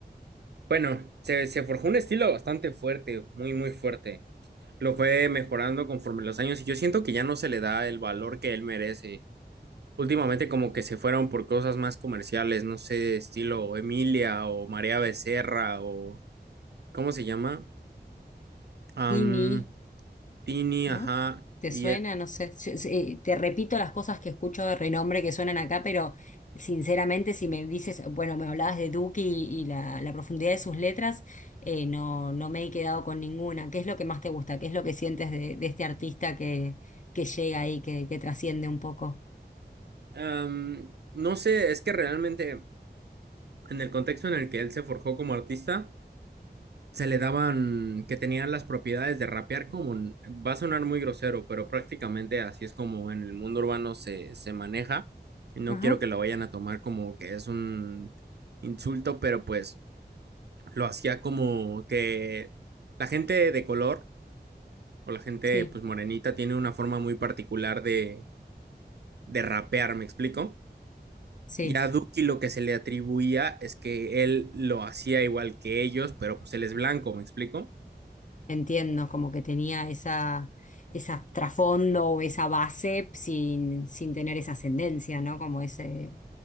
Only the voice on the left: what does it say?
Tini.
¿no?
¿Te
suena?
No sé. Yo- sí, te repito las cosas que escucho de renombre que suenan acá, pero sinceramente, si me dices, bueno, me hablabas de Duki y, y la, la profundidad de sus letras, eh, no, no me he quedado con ninguna. ¿Qué es lo que más te gusta? ¿Qué es lo que sientes de, de este artista que, que llega ahí, que, que trasciende un poco?
Ajá.
Sí,
sí,
entiendo, como que tenía esa, esa trasfondo o esa base sin, sin tener esa ascendencia, ¿no? Como ese,